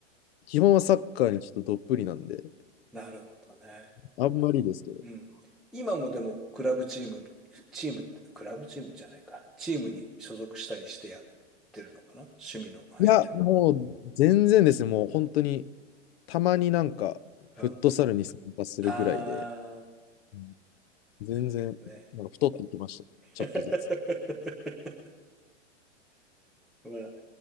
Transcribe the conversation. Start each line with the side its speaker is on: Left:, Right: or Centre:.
Left: 基本はサッカーにちょっとどっぷりなんで、
Centre: なるほどね。
Left: あんまりですけど。
Centre: うん。今もでも、クラブチーム、チームって、クラブチームじゃないか。チームに所属したりしてやってるのかな趣味の範囲では。
Left: いや、もう全然ですね、もう本当に、たまになんか、フットサルに参加するぐらいで、
Centre: うん。あー、
Left: うん全然、
Centre: なるほどね。
Left: なんか太ってきました。
Centre: <laughs>
Left: ちょっとずつ。
Centre: まあ、